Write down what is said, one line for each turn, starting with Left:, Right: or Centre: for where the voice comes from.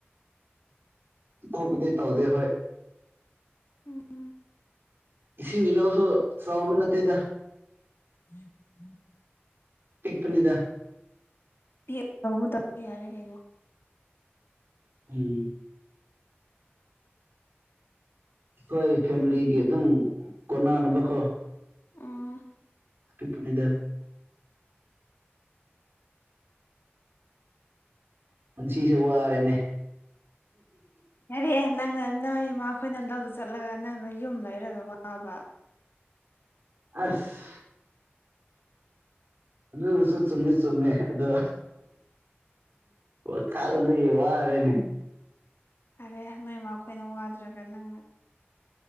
Right: ꯑꯇꯣꯞꯄꯗꯤ ꯇꯧꯗꯦ ꯍꯣꯏ
Left: ꯎꯝ
Right: ꯏꯁꯤꯡꯒꯤ ꯂꯧꯁꯨ ꯆꯥꯎꯕ ꯅꯠꯇꯦꯗ
Left: <inaudible>
Right: ꯄꯤꯛꯄꯅꯤꯗ
Left: <unintelligible> ꯌꯥꯔꯦ ꯀꯩꯅꯣ
Right: ꯎꯝ ꯑꯩꯈꯣꯏ ꯐꯦꯝꯂꯤꯒꯤ ꯑꯗꯨꯝ ꯀꯣꯟꯅꯅꯕꯀꯣ
Left: ꯎꯝ
Right: ꯄꯤꯛꯄꯅꯦꯗ ꯄꯨꯟꯁꯤꯁꯦ ꯋꯥꯔꯦꯅꯦ
Left: ꯌꯥꯔꯦ ꯑꯦ ꯅꯪꯅ ꯅꯣꯏ ꯏꯃꯥ ꯈꯣꯏꯅ ꯂꯧꯗ ꯆꯠꯂꯒ ꯅꯪꯅ ꯌꯨꯝ ꯂꯩꯔꯒ ꯋꯥꯕ
Right: ꯑꯁ ꯑꯗꯨꯁꯨ ꯆꯨꯝꯃꯤ ꯆꯨꯝꯃꯦ ꯑꯗꯣ ꯋꯥꯈꯜꯗꯤ ꯋꯥꯔꯦꯅꯦ
Left: ꯌꯥꯔꯦ ꯅꯣꯏꯃꯥ ꯈꯣꯏꯅ ꯋꯥꯗ꯭ꯔꯒ ꯅꯪꯅ